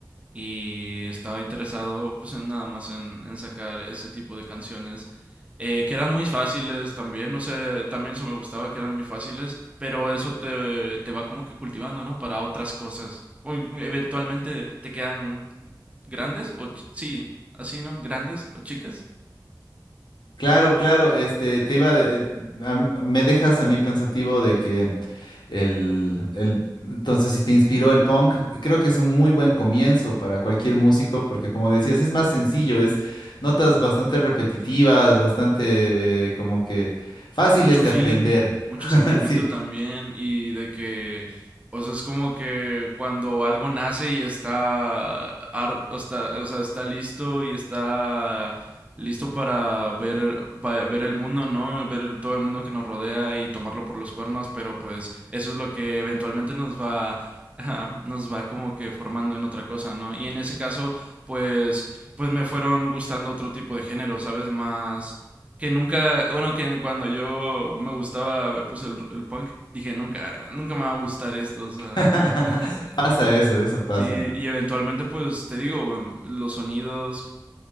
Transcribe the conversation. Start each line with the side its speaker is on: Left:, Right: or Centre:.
Right: y estaba interesado pues en nada más en, en sacar ese tipo de canciones eh, que eran muy fáciles también, no sé, también eso me gustaba que eran muy fáciles, pero eso te, te va como que cultivando, ¿no? Para otras cosas. O in- eventualmente te quedan grandes o ch- sí, así, ¿no? Grandes o chicas.
Left: Claro, claro, este, te iba, de- eh, a m- me dejas a mí pensativo de que el, el, entonces si te inspiró el punk, creo que es un muy buen comienzo para cualquier músico, porque como decías, es más sencillo, es notas bastante repetitivas, bastante, eh, como que fáciles
Right: Mucho
Left: de
Right: feeling,
Left: aprender.
Right: mucho
Left: <laughs>
Right: sentimiento
Left: Sí.
Right: también y de que, o sea, es como que cuando algo nace y está, ar- o está, o sea, está listo y está listo para ver, va- ver el mundo, ¿no? Ver el- todo el mundo que nos rodea y tomarlo por los cuernos, pero pues eso es lo que eventualmente nos va, <laughs> nos va como que formando en otra cosa, ¿no? Y en ese caso, pues, pues me fueron gustando otro tipo de género, ¿sabes? Más que nunca, bueno, que cuando yo me gustaba, pues el, el punk, dije, nunca, nunca me va a gustar esto, o sea,
Left: <laughs> Pasa
Right: y,
Left: eso, eso pasa.
Right: sí, y eventualmente, pues te digo, los sonidos